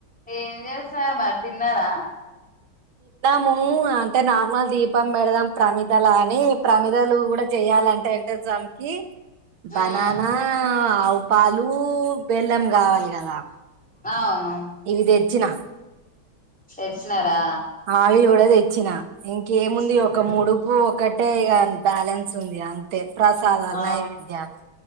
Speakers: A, in the centre; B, on the right.
A: ఏం చేసు సరే మరి తిన్నారా
B: మూఅంటే నార్మల్ దీప్ దీపం పెడదాం ప్రమిదల అని ప్రమిదలు కూడా చెయాలం టేంటే చమకీ బననా
A: మ్మ్
B: ఆవు పాలు పెళ్ళాం కావాలి కదా
A: అవును
B: ఇవి తెచ్చిన
A: తెచ్చినారా
B: ఆయిల్ కూడా తెచ్చిన ఇంకేముంది
A: మ్మ్
B: ఒక ముడుపు ఒకటే ఇక బ్యాలెన్స్ ఉంది అంతే ప్రసాదాలు
A: ఆ
B: నైవేద్యాలు